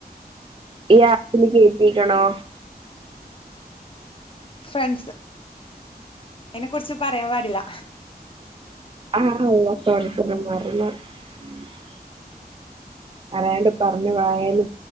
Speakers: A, on the right; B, on the left.
A: ഈ ആപ്പില് കേറ്റീക്കണോ.
B: ഫ്രണ്ട്സ് അയിനെ കുറിച്ച് പറയാൻ പാടില്ല.
A: ആഹ് <unintelligible> അറിയാണ്ട് പറഞ്ഞു വായെന്ന്.